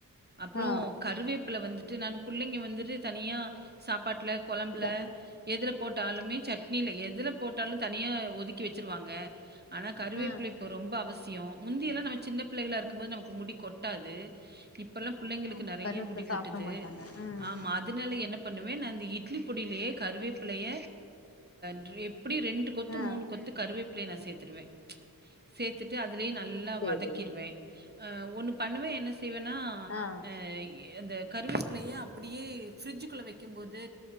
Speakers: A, on the right; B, on the left.
A: அப்புறோ
B: ஆ
A: கருவேப்புல வந்து ட்டு நா பிள்ளைங்க வந்துட்டு தனியா சாப்பாட்டில்ல குழம்புல
B: க
A: எதுல போட்டாலுமே சட்னியில எதுல போட்டாலூ தனியா ஒதுக்கி வெ வச்சுருவாங்க ஆனா கருவேப்பில
B: ஆ
A: இப்ப ரொம்ப அவசி சியம் முந்தியெல்லா நம்ம சின்ன பிள்ளைகளாக இருக்கும்போது நமக்கு முடி கொட்டாது இப்பெல்லா பிள்ளைங்களுக்கு
B: ஆமா
A: நெறயா
B: கருவேப்பில
A: முடி
B: சாப்ட
A: கொட்டுது
B: மாட்டாங்க ம்
A: ஆமா அதுனால என்ன பண்ணுவே நா இந்த இட்லி பொடிலயே கருவேப்பில்லய ட்ரிப் எப்படியு ரெண்டு கொத்து
B: ஆ
A: மூணு கொத்து கருவே நான் சேர்த்தடுவே ப்ச் சேர்த்து அதுலயு நல்லா
B: சேரி
A: வதக்கிடுவே ஒன்று பண்ணுவே என்ன செய்வனா
B: ஆ
A: எ இந்த கருவேப்பிலய அப்படியே ஃப்ரிட்ஜுக்குள்ள வெக்கும்போது